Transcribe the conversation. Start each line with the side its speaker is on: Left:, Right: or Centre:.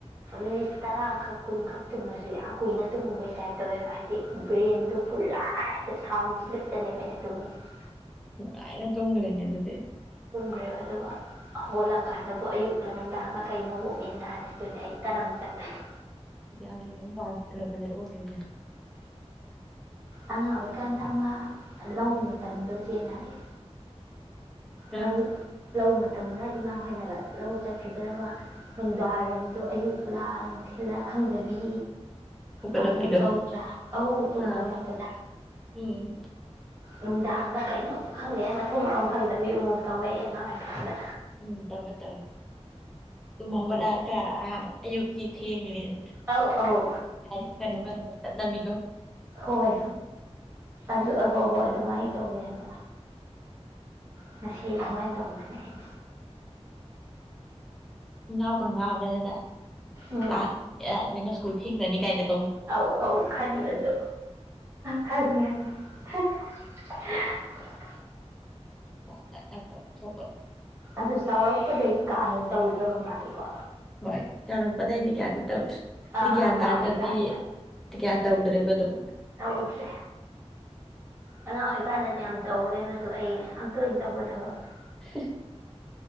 Right: ꯃꯤꯅꯤꯠ ꯇꯔꯥꯈꯛ ꯀꯨꯟꯈꯛ ꯇꯨꯝꯃꯁꯨ ꯌꯥꯝ ꯀꯨꯏꯅ ꯇꯨꯝꯃꯨꯕꯩ ꯇꯥꯏꯞ ꯇꯧꯋꯦꯕ ꯍꯥꯏꯗꯤ ꯕ꯭ꯔꯦꯟꯗꯣ ꯄꯨꯔꯥ ꯍꯦꯛꯇ ꯁꯥꯎꯟ ꯁꯂꯤꯞꯇꯅꯦꯕ ꯑꯩꯅ ꯇꯨꯝꯃꯤꯁꯦ
Centre: ꯅꯨꯡꯉꯥꯏꯅ- ꯇꯨꯝꯒ꯭ꯔꯦꯅꯦ ꯑꯗꯨꯗꯤ
Right: ꯍꯧꯈ꯭ꯔꯦꯕ ꯑꯗꯨꯒ ꯍꯧꯒꯠꯂꯀꯥꯟꯗꯕꯨ ꯑꯌꯨꯛꯂ ꯅꯨꯡꯗꯥꯡꯂ ꯀꯩꯅꯣꯕꯨ ꯃꯦꯟ ꯇꯥꯗ꯭ꯔꯤꯗꯨꯅꯤ ꯑꯩ ꯇꯔꯪ ꯆꯠꯇꯅ
Centre: ꯌꯥꯒꯩꯒꯤ ꯌꯨꯝ ꯄꯥꯟꯗ꯭ꯔꯕꯅꯦꯕ ꯑꯣꯏꯔꯤꯖꯦ
Right: ꯑꯉꯥꯡ ꯑꯣꯏꯀꯥꯟꯗ ꯑꯃ ꯂꯧ ꯃꯇꯝꯗꯣ ꯆꯦꯟꯅꯗꯦ
Centre: ꯑꯥ
Right: ꯂꯧ ꯂꯧ ꯃ- ꯃꯇꯝꯗ ꯏꯃꯥꯍꯣꯏꯅꯒ ꯂꯧ ꯆꯠꯈꯤꯕꯗꯒ ꯅꯨꯡꯗꯥꯡꯋꯥꯏꯔꯝꯗꯣ ꯑꯌꯨꯛꯂ ꯅꯨꯡꯊꯤꯜꯂꯥ ꯈꯪꯗꯕꯤ
Centre: ꯍꯧꯒꯠꯂꯛꯄꯤꯗꯣ
Right: ꯑꯃꯨꯛ ꯃꯨꯛ ꯇꯧꯗ꯭ꯔꯥ ꯑꯧ ꯇꯨꯝ
Centre: ꯑꯥ
Right: ꯍꯧꯒꯠꯂꯛꯄ
Centre: ꯎꯝ
Right: ꯅꯨꯡꯗꯥꯡꯗ ꯀꯩꯅꯣꯝ ꯈꯪꯗꯦ ꯃꯊꯣꯡ ꯃꯔꯣꯝ ꯈꯪꯗꯕꯤ ꯑꯃꯨꯛ ꯃꯨꯛ ꯇꯧꯋꯦ ꯑꯩ ꯑꯉꯥꯡ ꯑꯣꯏꯔꯤꯀꯥꯟꯗ
Centre: ꯎꯝ ꯇꯧꯋꯦ ꯇꯧꯋꯦ ꯇꯨꯝ ꯍꯧꯒꯠꯂꯛꯑꯒ ꯑ ꯑꯌꯨꯛꯀꯤ ꯊꯦꯡꯉꯤꯅꯦꯅꯥ
Right: ꯑꯧ ꯑꯧ
Centre: ꯂꯥꯏ ꯗꯨꯛ ꯊꯥꯟꯅꯕ ꯅꯕꯤꯗꯨ
Right: ꯍꯣꯏ ꯍꯣꯏ ꯑꯗꯨ ꯍꯣꯏ ꯍꯣꯏ ꯑꯗꯨꯃꯥꯏꯅ ꯇꯧꯋꯦ ꯍꯥꯏꯕ ꯉꯁꯤ ꯑꯗꯨꯃꯥꯏꯅ ꯇꯧꯕꯅꯦ ꯑꯩ
Centre: ꯉꯀ ꯉꯔꯦ ꯑꯗꯨꯅ
Right: ꯎꯝ
Centre: ꯀ꯭ꯂꯥꯁ ꯀꯩꯅ ꯁꯀꯨꯜ ꯍꯤꯡꯅꯤ ꯀꯥꯏꯗꯅ
Right: ꯑ ꯑꯧ ꯈꯟꯕꯗꯣ ꯈꯪꯉꯤ ꯍꯪꯉꯤ ꯍ <unintelligible>
Centre: ꯊ ꯊ ꯌꯥ ꯇꯔꯕꯔ
Right: ꯑꯗꯨꯁꯨ ꯆꯥꯎꯔꯛꯄꯗꯩꯗꯤ ꯀꯥ ꯍꯦꯟꯅ ꯇꯧꯗ꯭ꯔꯕ ꯃꯥꯜꯂꯤꯀꯣ
Centre: ꯍꯣꯏ ꯆꯥꯎꯥꯔꯛꯄꯗꯩꯗꯤ ꯀꯌꯥꯗꯤ ꯇꯧꯗ꯭ꯔꯦ ꯍꯥꯏꯗꯤ
Right: ꯑꯥ
Centre: ꯒ꯭ꯌꯥꯟ
Right: ꯑꯉꯥꯡ
Centre: ꯇꯥꯗꯕꯤ
Right: ꯑꯣꯏꯔꯤꯀꯥꯟꯗ
Centre: ꯀꯌꯥ ꯇꯧꯗ꯭ꯔꯦꯕ ꯑꯗꯨꯝ
Right: ꯇꯧꯗ꯭ꯔꯦ ꯑꯉꯥꯡ ꯑꯣꯏꯔꯤꯀꯥꯟꯗꯗꯤ ꯌꯥꯝ ꯇꯧꯋꯦ ꯑꯗꯣ ꯑꯩꯅ ꯌꯥꯝ ꯇꯣꯏꯅ ꯇꯧꯕ ꯊꯕꯛꯅꯤ
Centre: <unintelligible> <inaudible>